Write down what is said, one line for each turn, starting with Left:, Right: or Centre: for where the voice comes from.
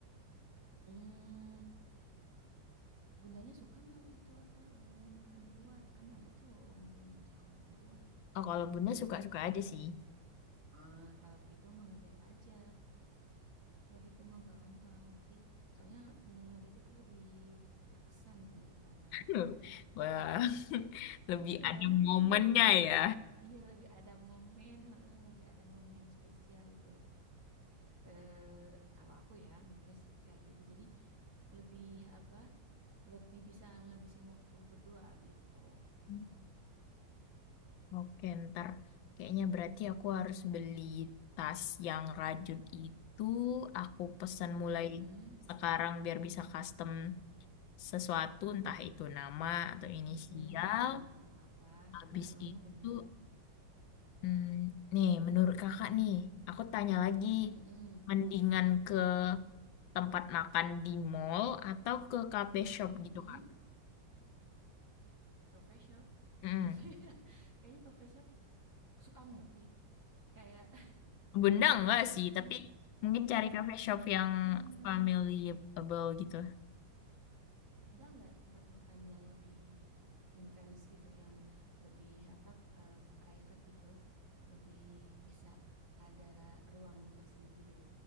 Right: Mm. Bundanya suka nggak itu apa eh, makan di luar? Kan ada tuh orang tua yang nggak suka makan di luar.
Left: Oh, kalau bunda
Right: Jadi kayak
Left: suka-suka
Right: katanya,
Left: aja sih.
Right: ah kalau gitu mah ngedet aja. Kalau gitu mah gampang. Berarti soalnya mm, ngedet itu lebih berkesan gitu daripada
Left: <laughs> Wah,
Right: apa ya?
Left: <laughs> lebih
Right: Iya,
Left: ada
Right: heeh.
Left: momennya ya.
Right: Iya lebih ada momen, heeh, lebih ada momen spesial gitu. Eh kalau aku ya mikirnya sih kayak gitu. Jadi lebih apa? Lebih bisa ngabisin waktu berdua gitu.
Left: <laughs> Oke, ntar kayaknya berarti aku harus beli tas yang rajut itu. Aku pesan mulai
Right: Mm-mm.
Left: sekarang biar bisa custom. sesuatu, entah itu nama atau inisial.
Right: Mm-mm, nama atau apa?
Left: Habis
Right: Heeh,
Left: itu,
Right: bener.
Left: hmm, nih, menurut kakak nih, aku tanya lagi,
Right: Mm-mm,
Left: mendingan ke tempat makan di mall atau ke cafe shop
Right: mm-mm.
Left: gitu, Kak?
Right: Coffee shop,
Left: Mm.
Right: coffee. <laughs> Kayaknya coffee shop suka ngopi. Kayak
Left: Benda enggak
Right: <laughs>
Left: sih,
Right: eh,
Left: tapi mungkin
Right: nggak,
Left: cari cafe shop yang
Right: Hmm,
Left: familyable gitu.
Right: ada nggak tempat makan yang lebih intens gitu, yang lebih apa eh, private gitu, lebih bisa ada ruang tersendiri gitu.